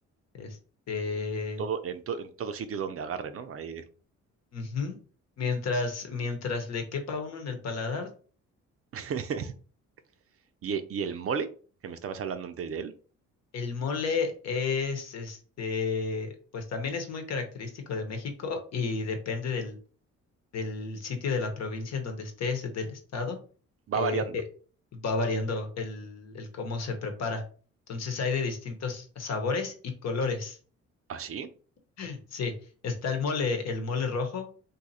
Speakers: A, on the left; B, on the right.
A: este...
B: Todo, en, to- en todo sitio donde agarre, ¿no? Ahí.
A: ujú. Mientras, mientras le quepa a uno en el paladar,
B: <laughs> Y, y el mole, que me estabas hablando antes de él,
A: el mole es, este, pues también es muy característico de México y depende del del sitio de la provincia en donde estés, del estado,
B: va
A: eh,
B: variando.
A: eh, va variando el, el cómo se prepara. Entonces hay de distintos sabores y colores.
B: ¿Ah, sí?
A: <laughs> Sí, está el mole, el mole rojo,